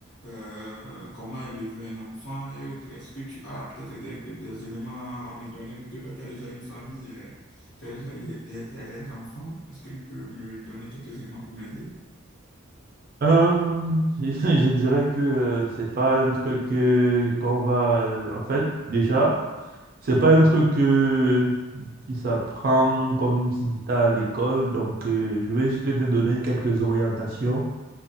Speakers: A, on the left (about 55°); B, on the right (about 45°).
A: euh, comment élever un enfant et autres. Est-ce que tu as peut-être des, des éléments à me donner, vu que toi, tu as déjà une famille, euh, tu as déjà eu des, des des enfants? Est-ce que tu peux me donner quelques éléments pour m'aider?
B: Euh, <laughs> je dirais que euh, c'est pas un truc euh, qu'on va. euh, en fait, déjà, c'est pas un truc euh, qui s'apprend comme si c'était à l'école. Donc, euh, je vais juste te donner quelques orientations.